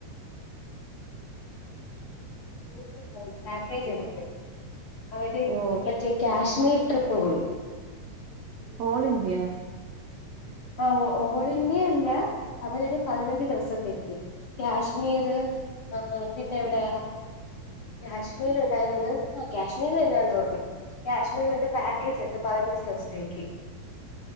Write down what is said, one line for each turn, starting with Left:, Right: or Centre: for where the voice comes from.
Left: <unintelligible> പഴക്കേജ് എടുത്ത് അവരെ <unintelligible>
Right: ഓ
Left: കാശ്മീർ ട്രിപ്പ് പോയി.
Right: ഓൾ ഇന്ത്യ
Left: ആ ഓൾ ഇന്ത്യയല്ല അവരരു പതിനഞ്ച് ദിവസത്തേക്ക് കാശ്മീർ ആ പിന്നെ എവിടെയാ കാശ്മീർ ഉണ്ടായിരുന്നു ആ കാശ്മീര് തന്നാന്ന് തോന്നുണ്. കാശ്മീരിന്റെ പാക്കേജ് എടുത്ത് പതിനഞ്ച് ദിവസത്തേക്ക്.